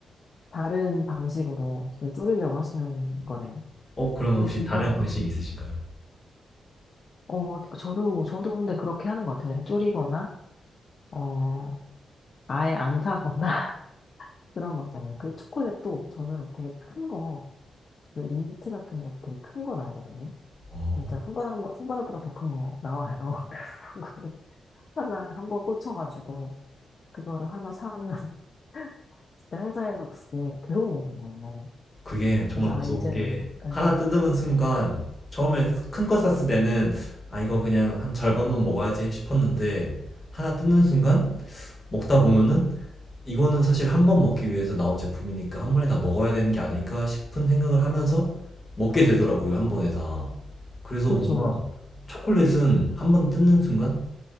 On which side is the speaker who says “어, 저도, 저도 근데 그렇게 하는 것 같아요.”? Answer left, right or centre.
Left